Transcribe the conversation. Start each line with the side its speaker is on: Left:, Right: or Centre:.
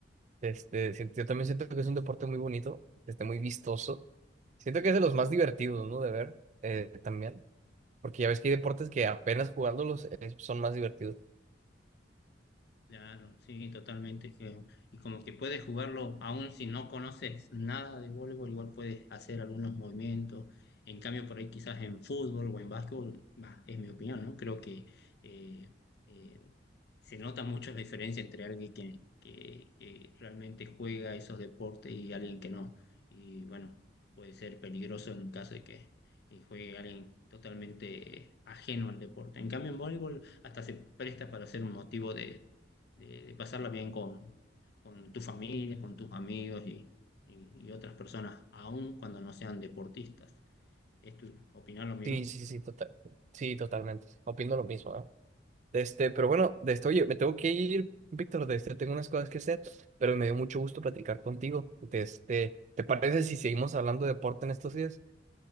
Right: Este, si- yo también siento que es un deporte muy bonito, este, muy vistoso. Siento que es de los más divertidos, ¿no? De ver eh, también. Porque ya ves que hay deportes que apenas jugándolos eh, son más divertidos.
Left: Claro, sí, totalmente. que- Y como que puedes jugarlo, aún si no conoces nada de voleibol, igual puedes hacer algunos movimientos. En cambio, por ahí quizás en fútbol o en básquetbol, bah, es mi opinión, ¿no? Creo que eh, eh, se nota mucho la diferencia entre alguien que, que, que realmente juega esos deportes y alguien que no. Y bueno, puede ser peligroso en caso de que eh, juegue alguien totalmente ajeno al deporte. En cambio, en voleibol hasta se presta para ser un motivo de de, de pasarla bien con, con tu familia, con tus amigos y, y- y otras personas, aun cuando no sean deportistas. ¿Es tu opinión lo mismo?
Right: Sí, sí, sí, total. Sí, totalmente. Opino lo mismo, ¿no? De Este, pero bueno, de este, oye, me tengo que ir, Víctor, de este, tengo unas cosas que hacer, pero me dio mucho gusto platicar contigo. De este, ¿te parece si seguimos hablando de deporte en estos días?